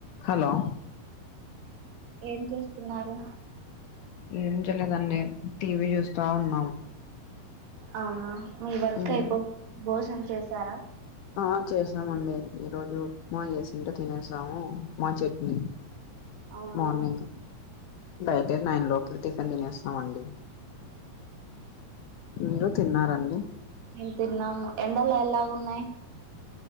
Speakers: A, on the left; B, on the right.
A: Hello
B: ఏం చేస్తున్నారు
A: ఏం చెలేదండి టీవీ చూస్తా ఉన్నాం
B: అవునా మీ వర్క్
A: ఉమ్
B: అయిపో భోజం చేశారా
A: ఆ చేసామండి ఈ రోజు ఉప్మా చేసింటో తినేసాము ఉప్మా చట్నీ
B: అవునులేండి
A: మార్నింగ్ బై డే నైన్ లోపే టిఫిన్ తినేస్తామండి మీరు తిన్నారండి
B: మేం తిన్నాము ఎండలు ఎలాగ ఉన్నాయి